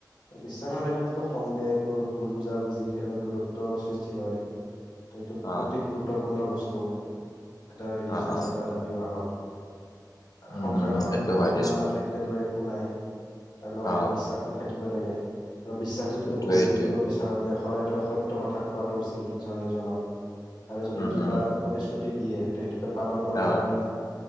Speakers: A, on the left; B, on the left.
A: বিশ্বাস নাথাকিলেতো সন্দেহটোৰ ভুল বুজাবুজি আৰু দূৰত্বৰ সৃষ্টি হয় ত' এইটো
B: অ
A: অতি গুৰুত্বপূৰ্ণ বস্তু এটা ৰিলেশ্যনশ্বিপ
B: অ অ
A: বা এটা বিবাহত
B: উম
A: সংসাৰ এখনতোতো
B: সেইটো হয়
A: সন্মান
B: দেচোন
A: নাথাকিলে তোৰ একো নাই আৰু লগতেো
B: অ
A: বিশ্বাস থাকিব লাগে আৰু বিশ্বাস যদি
B: সেইটোৱে
A: তই গঢ়ি
B: সেইটোৱে
A: তুলিব বিচাৰ াতে সদায় তেওঁ সত্য় কথা কোৱাটো উচিত ইজনে সিজনক আৰু যদি
B: উম
A: কিবা
B: উম
A: প্ৰতিশ্ৰুতি দিয়ে তে সেইটোতে পালন কৰাৰ
B: অ
A: কাৰণে